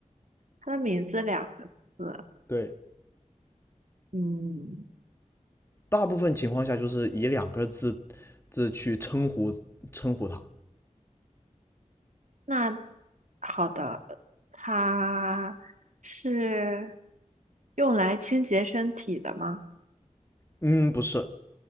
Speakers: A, on the right; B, on the left.
A: 它的名字两个字，
B: 对，
A: 嗯，
B: 大部分情况下就是以两个字字去称呼称呼他。
A: 那好的，它是用来清洁身体的吗？
B: 嗯，不是，